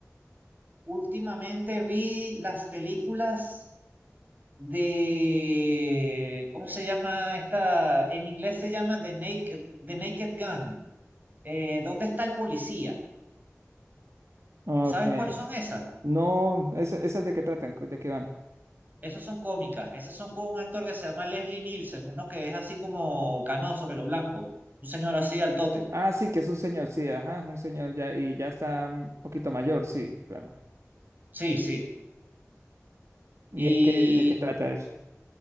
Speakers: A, on the right (about 35°); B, on the right (about 70°).
A: últimamente vi las películas. de, ¿cómo se llama esta? En inglés se llama The Naked, The Naked Gun. Eh, ¿dónde está el policía?
B: Ok.
A: ¿Sabes cuáles son esas?
B: No, ¿esa- ¿esas de qué tratan? ¿De qué van?
A: Esas son cómicas. Esas son con un actor que se llama Leslie Nielsen, uno que es así como canoso, pelo blanco. Un señor así al tote.
B: Ah, sí, que es un señor, sí, ajá, es un señor ya y ya está un poquito mayor, sí, claro.
A: Sí, sí.
B: ¿Y
A: Y
B: de qué, de qué trata eso?